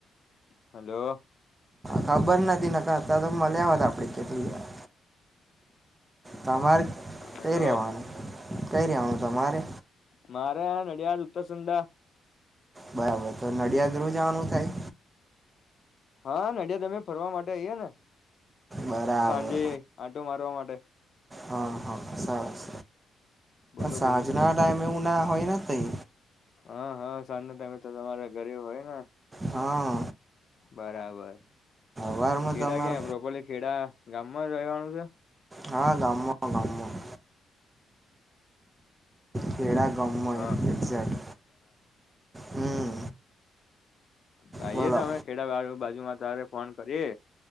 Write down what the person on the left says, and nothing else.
હલો.
હલો
મારે આ નડિયાળ ઉત્તર સંધા
હા નડિયાદ અમે ફરવા માટે આઈએ ને.
સાંજે આંટો મારવા માટે.
બોલો
બોલો
હા હા સાંજના ટાઈમે તો તમારા ઘરે હોય ને.
બરાબર.
ખેડા
ક્યા પ્રોપરલી ખેડા ગામમાં રહેવાનું છે?
હા
તો આઈએે
તો અમે ખેડાવાળ બાજુમાં તારે ફોન કરીએ.